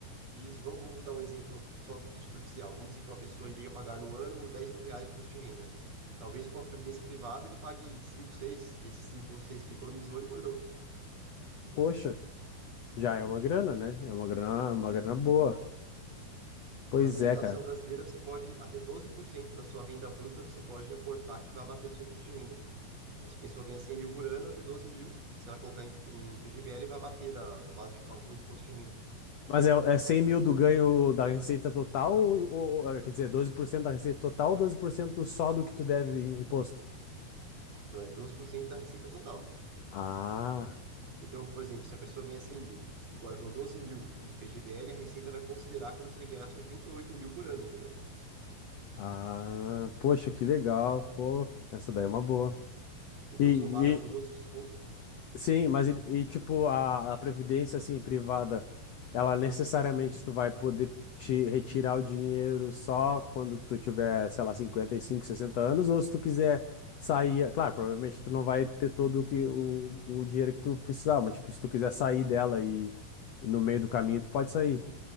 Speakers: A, on the right; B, on the left.
A: Isso, vamos, vamos dar um exemplo só superficial. Vamos dizer que uma pessoa iria pagar no ano dez mil reais de imposto de renda. Talvez com a previdência privada ele pague 5, 6 e esses 5 ou 6 que ele economizou, ele guardou.
B: Poxa, já é uma grana, né? É uma grana, uma grana boa. Pois
A: Pela legislação
B: é, cara.
A: brasileira, você pode, até 12% da sua renda bruta, você pode aportar que vai abater do seu imposto de renda. Então, se a pessoa ganha 100 mil por ano, vai ter 12 mil. Se ela colocar em, em PGBL, vai bater da, da base de cálculo de imposto de renda.
B: Mas é, é 100 mil do ganho da receita total, ou, ou- ou, quer dizer, 12% da receita total ou 12% só do que tu deve em imposto?
A: Então, é 12% da receita total.
B: Ah,
A: Então, por exemplo, se a pessoa ganha 100 mil e guardou 12 mil em PGBL, a receita vai considerar como se ele ganhasse 88 mil por ano, entendeu?
B: ah, poxa, que legal. Pô, essa
A: É.
B: daí é uma boa.
A: Então,
B: E,
A: somada com os outros descontos,
B: Sim, mas e, e, tipo, a, a previdência assim privada, ela necessariamente tu vai poder te retirar o dinheiro só quando tu tiver, sei lá, 55 60 anos, ou se tu quiser sair, claro, provavelmente tu não vai ter todo o que o, o dinheiro que tu precisava, mas tipo, se tu quiser sair dela e, e no meio do caminho tu pode sair.